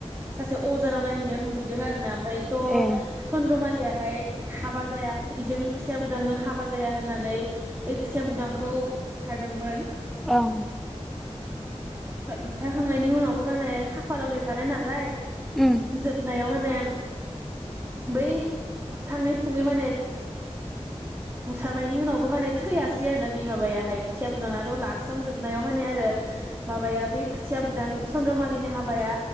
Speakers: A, on the right (about 20°); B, in the centre.
A: सासे अजानाव नायहैनायाव नुहैदों आरो ना। ओफायत'
B: ए
A: चन्द्रमालिया ओमफाय हाबा जाया इजों खोथिया बुदांजों हाबा जा जाया होननानै बे खुथिया बुदांखौ बुथारदोंमोन।
B: ओं
A: <unintelligible> खांनायनि उनावबो माने खाफालाव लिरखानाय नालाय।
B: उम
A: जोबनायाव मेम बै थाङै थुङै माने बुथारनायनि उनावबो माने थैयासै आरो ना बे माबायाहाय खोथिया बुदाङाथ' लास्टाव जोबनायाव माने आरो माबाया बै खोथिया बुदां चन्द्रमालिनि हाबाया